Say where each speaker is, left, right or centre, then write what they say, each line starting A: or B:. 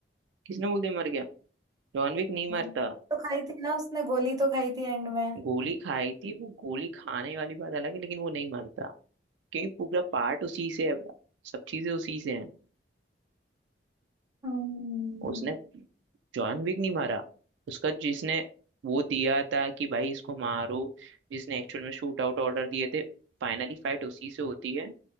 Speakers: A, on the right (about 80°); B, on the right (about 20°).
A: किसने बोल दिया मर गया जॉन विक नहीं
B: वो
A: मरता
B: तो खाई थी ना उसने गोली तो खाई थी एंड में
A: गोली खाई थी वो गोली खाने वाली बात अलग है लेकिन वो नहीं मरता क्योंकि पूरा पार्ट उसी से है सब चीजें उसी से हैं
B: हम्म
A: उसने जॉन विक नहीं मारा उसका जिसने वो दिया था कि भाई इसको मारो जिसने एक्चुअल में शूट आउट ऑर्डर दिए थे फाइनली फाइट उसी से होती है